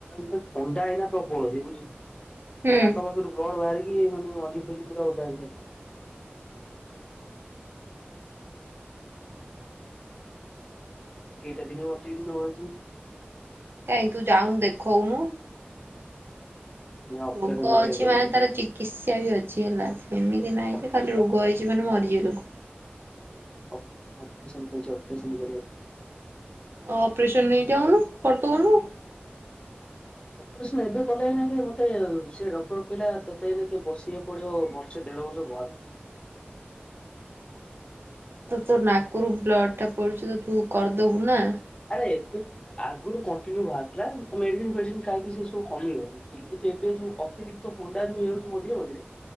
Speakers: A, on the left (about 25°); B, on the right (about 70°).
A: ତ ଥଣ୍ଡା ହେଇନା ପ୍ରବଳ ସେ ବୁଝିଲୁ
B: ହୁଁ
A: ନାକ ପାଖରୁ ବ୍ଲଡ଼ ବାହାରିକି ମାନେ <unintelligible> ପୁରା ଉଦା। ଏଇଟା ଦିନେ ଅଛଛି କି ନ ଅଛି
B: କାହିଁ ତୁ ଯାଉନୁ ଦେଖଉନୁ?
A: ମୁଁ ଅପରେସନ
B: ରୋଗ
A: କରିବାକୁ
B: ଅଛି ମାନେ
A: କହିଛି
B: ତାର। ଚି କିତ୍ସା ବି ଅଛି ହେଲା, ସେମିତି ନାହିଁ
A: ଅପରେସନ
B: ଯେ ଖାଲି ରୋଗ ହେଇଯିବ ମାନେ ମରିଯିବ ଲୋକ।
A: ଅପରେସନ୍ ଅପରେସନ୍ କରିଛି ଅପରେସନ୍ କରିବା
B: ଅପରେସନ ନେଇ ଯାଉନୁ କରଦଉଁନୁ।
A: ଅପରେସନ ଏବେ କଲେ ହିନା କି ମତେ ସେଏ ଡକ୍ଟର କହିଲା ତତେ ବସିବାକୁ ପଡିବ ବେର୍ସ ଦେଢ଼ ବର୍ଷ ଘରେ।
B: ତ ତୋ ନାକରୁ ବ୍ଲଡ଼ ଟା ପଡୁଛି ତ ତୁ କରିଦବୁ ନା।
A: ଆରେ ଏତେ ଆଗରୁ କଣ୍ଟିନ୍ୟୁ ବାହାରଥିଲା, ମେଡିସିନ ଫେଡିସିନ କାହିଁକି ସେ ସବୁ କମିଗନ। କିନ୍ତୁ ଏବେ ଯୋଉ ଅତିରିକ୍ତ ହଣ୍ଡା ଯୋଉ ହେଯଉଛି ମଝିରେ ମଝିରେ,